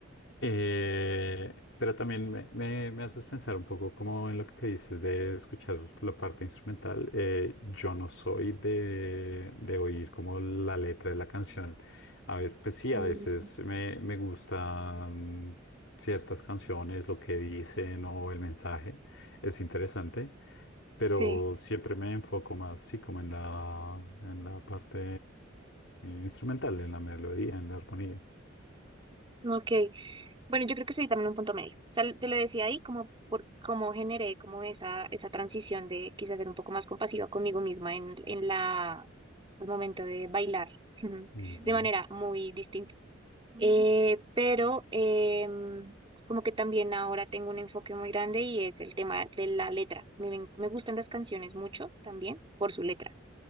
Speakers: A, on the left; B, on the right.
A: Eh, pero también me, me- me haces pensar un poco como en lo que dices de escuchar la parte instrumental. Eh, yo no soy de, de oír como la letra de la canción. A veces, pues sí,
B: mm,
A: a veces me, me gustan ciertas canciones, lo que dicen o el mensaje. Es interesante pero
B: sí,
A: siempre me enfoco más, sí, como en la, en la parte instrumental, en la melodía, en la armonía.
B: ok. Bueno, yo creo que soy también un punto medio. O sea, te lo decía ahí como por cómo generé como esa, esa transición de quizás ser un poco más compasiva conmigo misma en, en la, el momento de bailar. <laughs>
A: Ujú.
B: De manera muy distinta. Eh, pero em, como que también ahora tengo un enfoque muy grande y es el tema de la letra. Me, ven- me gustan las canciones mucho también por su letra.